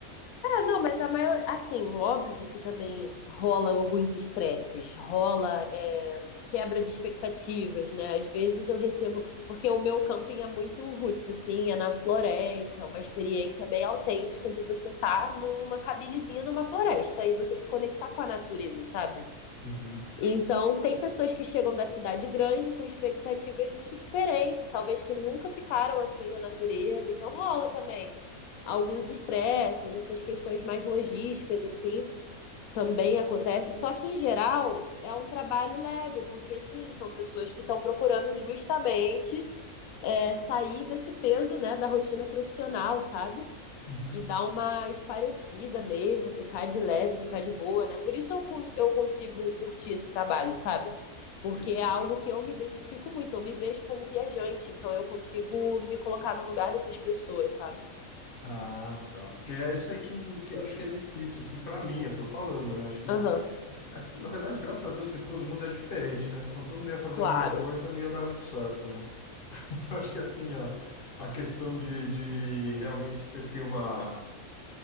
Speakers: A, on the left; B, on the left.
A: É, não, mas a maior, assim, óbvio que também rola alguns estresses, rola é, quebra de expectativas, né? Às vezes eu recebo, porque o meu camping é muito roots, assim, é na floresta, é uma experiência bem autêntica de você estar numa cabinezinha numa floresta e você se conectar com a natureza, sabe?
B: Uhum.
A: Então, tem pessoas que chegam da cidade grande com expectativas muito diferentes, talvez que nunca ficaram assim na natureza. Então, rola também alguns estresses, essas questões mais logísticas, assim, também acontece. Só que, em geral, é um trabalho leve, porque, sim, são pessoas que estão procurando justamente é, sair desse peso, né, da rotina profissional, sabe?
B: Uhum,
A: e dar uma esparecida mesmo, ficar de leve, ficar de boa, né? Por isso eu, con- eu consigo curtir esse trabalho, sabe? Porque
B: entendi.
A: é algo que eu me identifico muito, eu me vejo como viajante, então eu consigo me colocar no lugar dessas pessoas, sabe?
B: Ah, tá. Porque é isso aí que, que eu acho que é difícil, assim, para mim, eu tô falando, né? Acho que,
A: Aham,
B: assim, na verdade, graças a Deus que todo mundo é diferente, né? Que senão todo mundo ia fazer
A: claro.
B: a mesma coisa, não ia dar muito certo, né? <laughs> Então, acho que, assim, ó, a questão de, de realmente você ter uma.